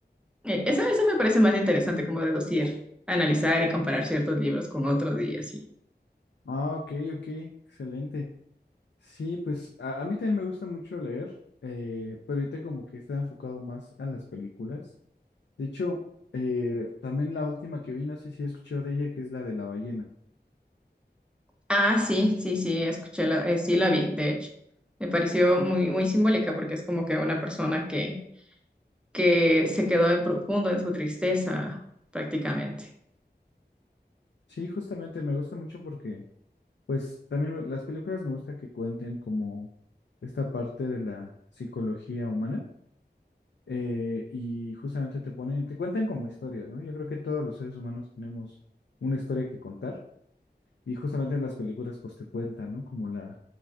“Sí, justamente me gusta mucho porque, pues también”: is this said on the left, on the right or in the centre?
Left